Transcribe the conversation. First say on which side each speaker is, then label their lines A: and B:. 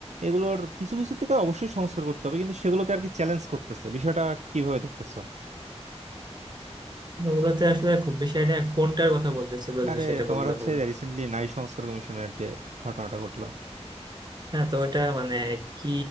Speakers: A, on the right; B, on the right.
A: এগুলোর কিছু কিছু থেকে অবশ্যই সংস্কার করতে হবে কিন্তু সেগুলোকে আর কি চ্যালেঞ্জ করতেছে বিষয়টা কিভাবে দেখতেছো
B: তো ওগুলোতে আসলে খুব বেশি আইডিয়া কোনটার কথা বলতেছিল
A: আরে
B: যে সেটা
A: তোমার
B: বললে
A: হচ্ছে
B: ভালো হয়।
A: রিসেন্টলি নারী সংস্কার কমিশনের যে ঘটনাটা ঘটলো
B: হ্যাঁ তো ওটা মানে কি